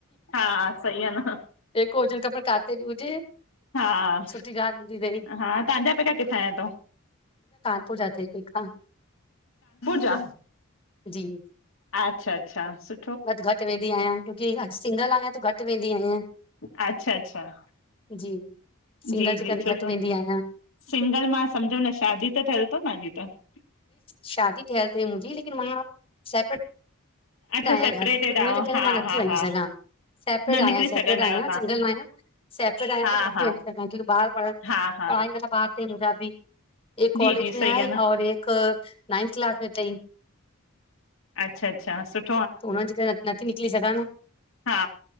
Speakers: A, on the left (about 70°); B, on the left (about 25°).
A: हा सही आ न
B: पेको हुजण खपे, काथे बि हुजे।
A: हा,
B: सुठी ॻाल्हि हूंदी अथई
A: हा तांजा पेका किथां जा थव?
B: पुर जा थई पेका,
A: जा
B: जी।
A: अच्छा अच्छा, सु
B: बट घटि वेंदी आहियां क्योकि सिंगल आयां त घटि वेंदी आहियां।
A: अच्छा अच्छा,
B: जी
A: जी
B: सिंगल
A: जी,
B: जे करे
A: सुठो।
B: घटि वेंदी आहियां
A: सिंगल मां सम्झो न, शादी त थियल थव न तांजी?
B: शादी थियल थई मुंजी लेकिन मां सेपरेट
A: अच्छा
B: आयां
A: सेपरेटेड
B: घर, हुनजे
A: आहियो
B: करे
A: हा
B: मां नथी
A: हा
B: वञी
A: हा
B: सघां। सेपरेट
A: न निकिरी
B: आहियां सेपरेट
A: सघंदा
B: आहियां
A: आहियो
B: सिंगल आहियां सेपरेट
A: तव्हां
B: आहियां त नथी
A: हा हा
B: वञी सघां छोकि ॿार पढ़णु
A: हा हा
B: पढ़ाई वारा बार आहिन मुंजा बि, हिकु
A: जी
B: कॉलेज
A: जी
B: में
A: सही
B: आई
A: आहे न
B: औ हिकु नाइंथ क्लास में थई।
A: अच्छा अच्छा। सुठ
B: त उन जे करे नथी निकली सघां न।
A: हा